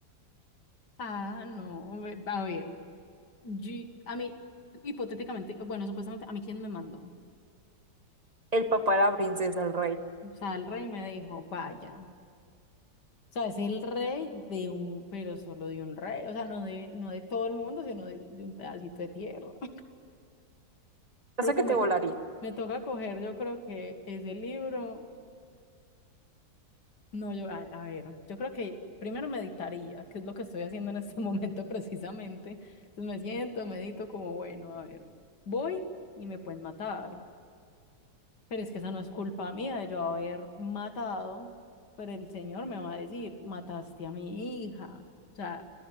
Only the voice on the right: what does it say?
El papá de la princesa, el rey.
O
sea
que
te volaría.